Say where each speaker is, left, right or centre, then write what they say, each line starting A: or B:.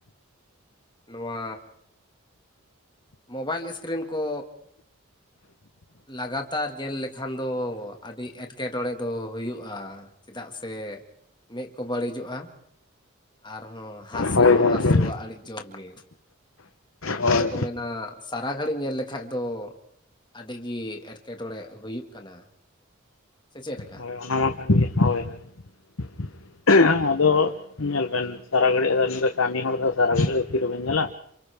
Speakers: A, on the left; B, on the left.
A: ᱱᱚᱣᱟ᱾ ᱢᱳᱵᱟᱭᱤᱞ ᱥᱠᱨᱤᱱ ᱠᱚ ᱞᱟᱜᱟᱛᱟᱨ ᱧᱮᱞ ᱞᱮᱠᱷᱟᱱ ᱫᱚ ᱟᱹᱰᱤ ᱮᱴᱠᱮᱴᱚᱬᱮ ᱫᱚ ᱦᱳᱭᱳᱜᱼᱟ᱾ ᱪᱮᱫᱟᱜ ᱥᱮ ᱢᱮᱫ ᱠᱚ ᱵᱟᱹᱲᱤᱡᱚᱜᱼᱟ? ᱟᱨᱦᱚᱸ ᱦᱟᱹᱥᱩ
B: ᱦᱳᱭ
A: ᱦᱚᱸ
B: ᱜᱚᱢᱠᱮ
A: ᱦᱟᱹᱥᱩᱣᱟ ᱟᱹᱰᱤ ᱡᱳᱨ ᱜᱮ᱾ ᱚᱱᱟ
B: ᱦᱳᱭ
A: ᱛᱮᱠᱚ ᱢᱮᱱᱟ ᱥᱟᱨᱟ ᱜᱷᱟᱹᱲᱤᱡ ᱧᱮᱞ ᱞᱮᱠᱷᱟᱡ ᱫᱚ ᱟᱹᱰᱤ ᱜᱮ ᱮᱴᱠᱮ ᱴᱚᱬᱮ ᱦᱩᱭᱩᱜ ᱠᱟᱱᱟ ᱥᱮ ᱪᱮᱫ ᱞᱮᱠᱟ
B: ᱦᱳᱭ ᱚᱱᱟ ᱢᱟ ᱠᱟᱱ ᱜᱮᱭᱟ ᱦᱳᱭ ᱦᱳᱭ᱾ <inaudible>
A: ᱦᱳᱭ,
B: ᱟᱫᱚ ᱧᱮᱞ ᱵᱮᱱ ᱥᱟᱨᱟ ᱜᱷᱟᱹᱲᱤᱡ ᱟᱫᱚ ᱠᱟᱹᱢᱤ ᱦᱚᱲ ᱫᱚ ᱥᱟᱨᱟ ᱜᱷᱟᱹᱲᱤᱡ ᱫᱚ ᱛᱤ ᱨᱮᱵᱮᱱ ᱧᱮᱞᱟ